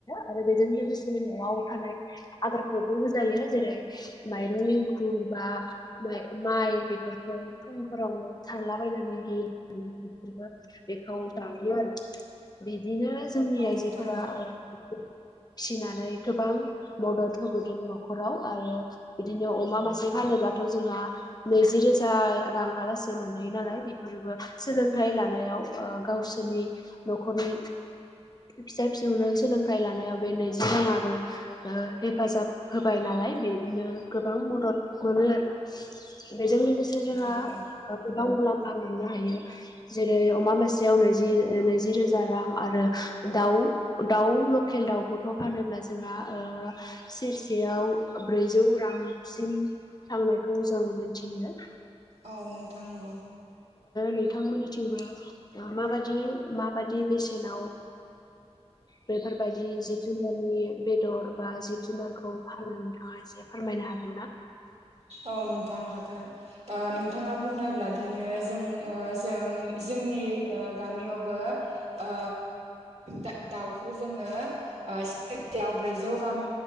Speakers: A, on the left (about 35°); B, on the right (about 75°).
A: आरो बेजों लोगोसे न'आव थानाय आदारखौबो होजायो जेरै माइरं एंखुर बा माइ बेफोरखौ फुंफोरावनो सारलाबायनानै होयो। बिसोरबो बेखौ जायो आरो बिदिनो जोंनि
B: औ नोंथां
A: आइजोफोरा <inaudible> फिसिनानै गोबां मदद होबोदों न'खराव आरो बिदिनो अमा मासे फानो ब्लाथ' जोंहा नैजि रोजा रांहालासे मोनहैयो नालाय बेफोरबो सोलोंथाइ ला नायाव गावसोरनि न'खनि फिसा फिसौनो सोलोंथाइ लानायाव बे नैजि राङाबो हेफाजाब होबाय नालाय बिदिनो गोबां मदद मोनो आरो बेजों लोगोसे जोंहा
B: नंगौ
A: गोबां मुलाम फा मोननो हायो जेरै अमा मासेयाव नैजि नैजि रोजा रां आरो दाउ दाउ लकेल दाउखौथ' फानोब्ला जोंहा सेरसेयाव ब्रैजौ रां सिम थांनायखौ जों मोनथियो।
B: औ नोंथा नंगौ।
A: नोंथांमोननिथिंबो माबादि माबादि बेसेनाव बेफोरबायदि जिब जुनारनि बेदर बा जिब जुनारखौ फानना नोंथांआ एसे फोरमायनो हागोन ना
B: औ नोंथां हागोन ओ नोंथाङा बुंनोब्ला बिदिनो जों ओं जों जोंनि ओ गामियावबो ओ दा दाउखौ जोङो ओ सेरसेयाव ब्रैजौ गाहाम